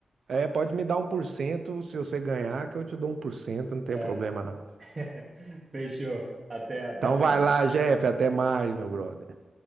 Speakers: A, on the right; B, on the right.
A: é, pode me dar um por cento se você ganhar, que eu te dou um por cento, não tem
B: É.
A: problema não.
B: <laughs> Fechou. Até, até
A: Então
B: mais.
A: vai lá, Jeff. Até mais, meu brother.